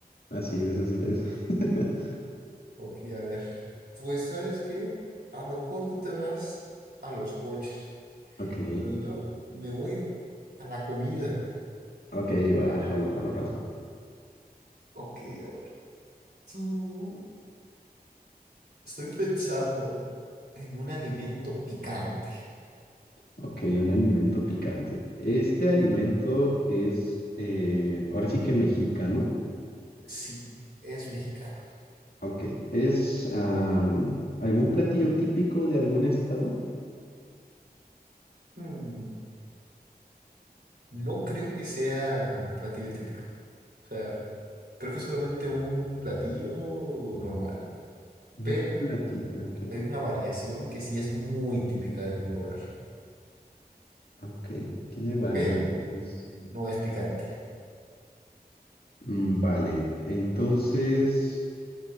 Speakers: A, on the left; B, on the right.
A: Así es, así es. <laughs>
B: <laughs> ok, a ver. Pues, ¿sabes qué? A lo mejor tú te vas a los coches,
A: Ok,
B: pero yo me voy a la comida.
A: ok, va, jalo, jalo, jalo.
B: Ok, a ver. Tú, estoy pensando en un alimento picante.
A: Ok, un alimento picante. Este alimento es, eh, ahora sí que mexicano.
B: Sí, es mexicano.
A: Ok, ¿es am, algún platillo típico de algún estado?
B: Hmm, No creo que sea platillo típico. O sea, creo que es solamente un platillo normal.
A: Un
B: Pero
A: platillo, ok,
B: hay una variación que sí es muy típica de un lugar.
A: ok, tiene variantes.
B: Pero no es picante.
A: Mm, Vale, entonces,